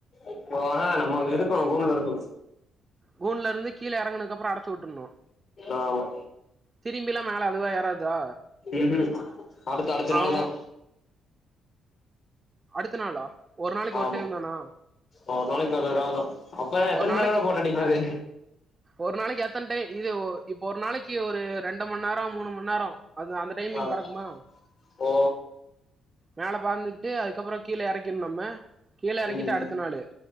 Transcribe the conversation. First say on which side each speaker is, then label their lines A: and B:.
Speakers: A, on the left; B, on the right.
A: இப்போ ஆனா நம்ம இருக்கணோம் கூண்டல இருக்கோம்
B: கூன்ல இருந்து கீழ எறுதுக்குப்புற அடச்ச உட்டுணும்
A: ஆமா
B: திரும்பிலா மேல அதுவா ஏறாதா
A: ம் அதுக்கு அடுத்த
B: அவ
A: நாள் தான்
B: அடுத்த நாளா ஒரு நாளைக்கு
A: ஆமா
B: டைம் தானா
A: ஒரு நாளைக்கு ஒரு தடவ தான் அப்பற எத்தனை
B: ஒரு நாளைக்கு
A: தடவ போட்ட அடிக்காது
B: ஒரு நாளைக்கு எத்தன டைம் இது இப்ப ஒரு நாளைக்கு ஒரு ரெண்டு மண் நேரம் மூணு மண் நேரம் அது அந்த டைமிங்
A: ஆ
B: பறக்குமா
A: ஓ
B: மேல பந்துட்டு அதுக்கப்புறம் கீழே இறக்கணும் நம்ம கீழ இறக்கிட்டு
A: ம்
B: அடுத்த நாளு